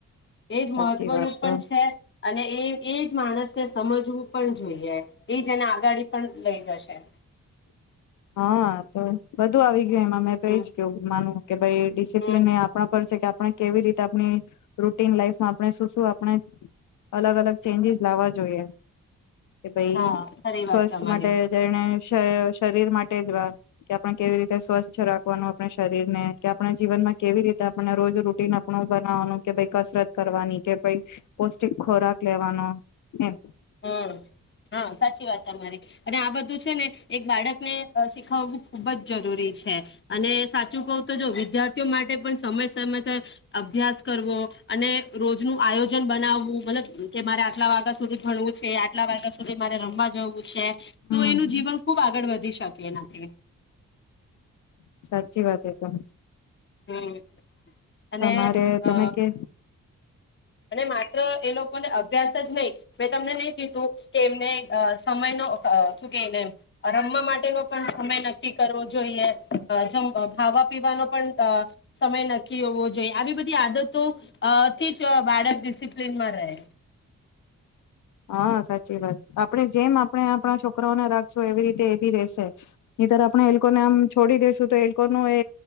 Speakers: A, on the left; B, on the left.
A: એજ
B: સાચી
A: મહત્વનું
B: વાત
A: પણ
B: તો
A: છે અને એ એજ માણસને સમજવું પણ જોઈએ. એ જને આગાડી પણ લઈ જશે એ.
B: હા તો બધુ આવી ગયું. એમાં મેં
A: હમ
B: તો એજ કેવું માનું કે ભાઈ ડિસિપ્લન
A: હમ
B: એ આપણા પર છે કે આપણે કેવી રીતે આપણી રૂટીન લાઈફમાં આપણે શું શું આપણે અલગ અલગ ચેન્જીસ લાવવા જોઈએ. કે ભાઈ
A: હા ખરી
B: સ્વસ્થ
A: વાત તમારી
B: માટે જઈને શરીર માટે જ વાર કે આપણે કેવી રીતે સ્વસ્છ રાખવાનું આપણે શરીર ને કે આપણે જીવનમાં કેવી રીતે આપણે રોજ રૂટીન આપણું બનાવાનું કે ભ કસરત કરવાની કે ભ પૌષ્ટિક ખોરાક લેવાનો એમ
A: હમ હા સાચી વાત તમારી અને આ બધું છે ને એક બાળકને શીખાવવું ખુબ જ જરૂરી છે અને સાચું કવ તો જો વિદ્યાર્થીઓ માટે પણ સમય સમય અભ્યાસ કરવો અને રોજનું આયોજન બનાવવું મતલબ કે મારે આટલા વાગ્યા સુધી ભણવું છે આટલા વાગ્યા સુધી મારે રમવા જવું છે.
B: હમ
A: તો એનું જીવન ખુબ આગળ વધી શકે એનાથી
B: સાચી વાત એ ત
A: હમ અને
B: તમારે
A: અ
B: તમે કે
A: અને માત્ર એ લોકોને અભ્યાસ જ નહી મેં તમને નહી કીધું કે એમને સમય ન શું કહીને એમ રમવા માટેનો પણ સમય નક્કી કરવો જોઈએમ ખાવા પીવાનો પણ સમય નક્કી હોવો જોઈએ આવી બધી આદતોથી જ બાળક ડિસિપ્લન માં રહે.
B: હા સાચી વાત આપ આપણે જેમ આપણે આપણા છોકરાઓને રાખશો એવી રીતે એ બી રહશે નીતર આપણે એલોકોને આમ છોડી દેેશું તો ન એ